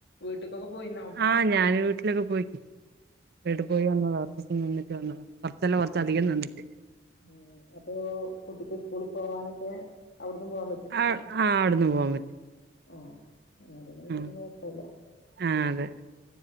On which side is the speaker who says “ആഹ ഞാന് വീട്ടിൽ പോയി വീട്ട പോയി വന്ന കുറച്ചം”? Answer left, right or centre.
Right